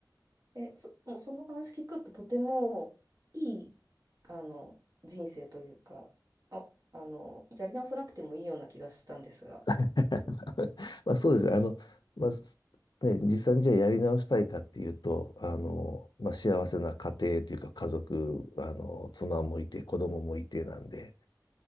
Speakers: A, on the right (about 50°); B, on the left (about 70°).
A: え。えそ、もうその話聞くととてもいい、あの、人生というか、あ、あの、やり直さなくてもいいような気がしたんですが。
B: <laughs> まあそうです。あの、まあ、すね、実際にじゃあやり直したいかっていうと、あの、まあ幸せな家庭というか家族、あの、妻もいて子供もいてなんで、